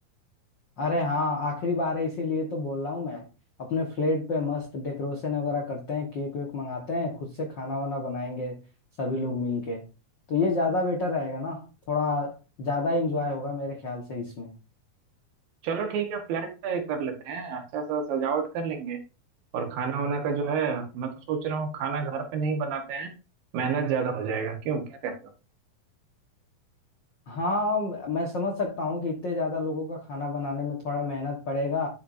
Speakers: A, on the left; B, on the right.
A: अरे हाँ आखिरी बार है इसीलिए तो बोल रहा हूँ मैं अपने फ्लेट पे मस्त डेकोरेशन वगैरह करते हैं केक वेक मंगाते हैं खुद से खाना वाना बनाएंगे सभी लोग मिलके तो ये ज्यादा बेटर रहेगा ना थोड़ा ज्यादा इंजॉय होगा मेरे ख्याल से इसमें
B: चलो ठीक है फ्लैट पे कर लेते हैं अच्छा सा सजावट कर लेंगे और खाना वाना का जो है मैं तो सोच रहा हूँ खाना घर पे नहीं बनाते हैं मेहनत ज्यादा हो जाएगा क्यों क्या कहते हो
A: हाँ मैं समझ सकता हूँ कि इतने ज्यादा लोगों का खाना बनाने में थोड़ा मेहनत पड़ेगा